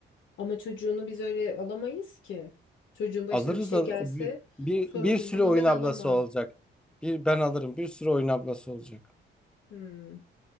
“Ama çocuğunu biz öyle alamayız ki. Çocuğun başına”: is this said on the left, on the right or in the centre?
Left